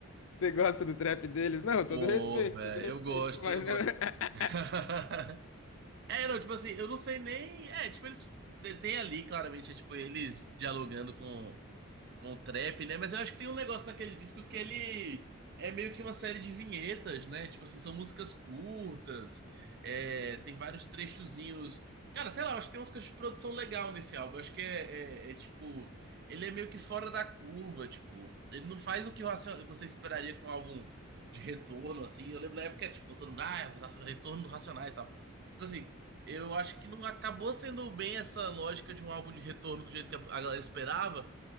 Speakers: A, on the left (about 65°); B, on the right (about 50°).
A: Você gosta do trap deles? Não, todo
B: Pô,
A: respeito,
B: velho,
A: todo respeito,
B: eu gosto,
A: mas...
B: eu gosto.
A: <laughs>
B: <laughs> É, não, tipo assim, eu não sei nem. É, tipo, eles. Tem tem ali, claramente, é, tipo, eles dialogando com com trap, né? Mas eu acho que tem um negócio naquele disco que ele é meio que uma série de vinhetas, né? Tipo assim, são músicas curtas, é, tem vários trechozinhos. Cara, sei lá, eu acho que tem umas coisas de produção legal nesse álbum. Eu acho que é, é- é, tipo. Ele é meio que fora da curva, tipo. Ele não faz o que o Racio- você esperaria com um álbum de retorno, assim. Eu lembro da época, tipo, todo mundo, ah, os retorno do Racionais e tal. Tipo assim, eu acho que não acabou sendo bem essa lógica de um álbum de retorno do jeito que a a galera esperava